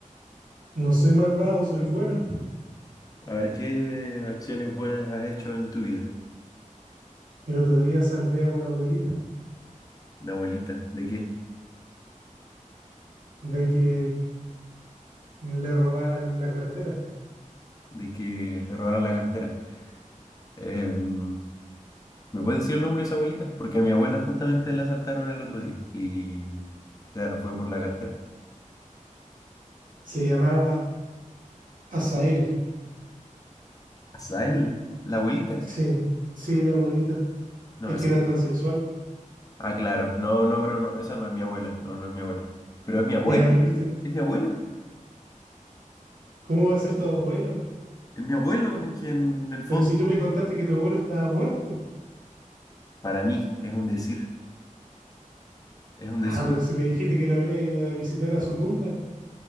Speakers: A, on the right (about 85°); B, on the left (about 25°).
A: No soy malvado, soy bueno.
B: A ver, ¿qué acciones buenas has hecho en tu vida?
A: El otro día salvé a una abuelita
B: La abuelita, ¿de qué?
A: de que le robaran la cartera.
B: De que le robaron la cartera. Em, ¿me puedes decir el nombre de esa abuelita? Porque a mi abuela justamente la asaltaron el otro día. Y Claro, fue por la cartera.
A: Se llamaba Asael.
B: ¿Azael? ¿La abuelita?
A: Sí, sí, la abuelita.
B: No,
A: Es
B: esa.
A: que era transexual.
B: Ah, claro. No, no, pero no, esa no es mi abuela. No, no es mi abuela. Pero es mi abuelo.
A: Ya viste.
B: Es mi abuelo.
A: ¿Cómo va a ser tu abuelo?
B: Es mi abuelo en quien, en el fondo,
A: Pero si tú me contaste que tu abuelo estaba muerto.
B: para mí es un decir. Es un
A: Ah,
B: decir.
A: pero si me dijiste que lo había ido a visitar a su tumba.